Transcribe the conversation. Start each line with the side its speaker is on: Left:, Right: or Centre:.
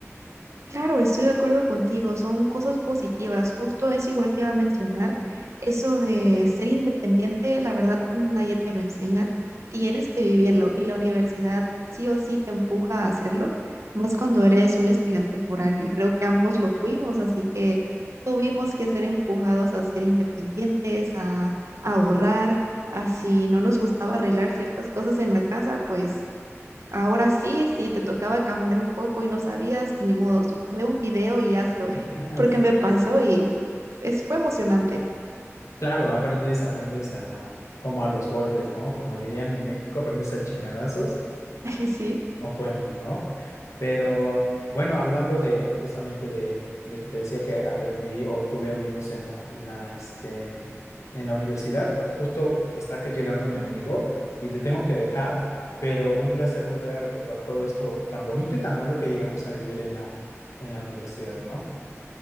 Right: Claro, estoy de acuerdo contigo, son cosas positivas, justo es igual que iba a mencionar, eso de ser independiente, la verdad nadie te lo enseña, tienes que vivirlo y la universidad sí o sí te empuja a hacerlo, más cuando eres un estudiante foráneo y creo que ambos lo fuimos, así que tuvimos que ser empujados a ser independientes, a, a ahorrar, a si no nos gustaba arreglar ciertas cosas en la casa, pues Ahora sí, sí, te tocaba cambiar un poco y no sabías, ni modos. Ve un video y hazlo, <laughs>
Left: Ajá.
Right: porque me pasó y es, fue emocionante.
Left: Claro, aprendes, aprendes a, como a los golpes, ¿no? Como dirían en México, aprendes a chingadazos
Right: <laughs> Sí,
Left: No, bueno, ¿no? Pero bueno, hablando de justamente de, de que te decía que aprendí o tuve amigos en la, en la, este, en la universidad, ah, justo está que llegando mi amigo y te tengo que dejar, pero un placer volver a recordar todo esto tan bonito y tan malo que llegamos a vivir en la, en la universidad, ¿no?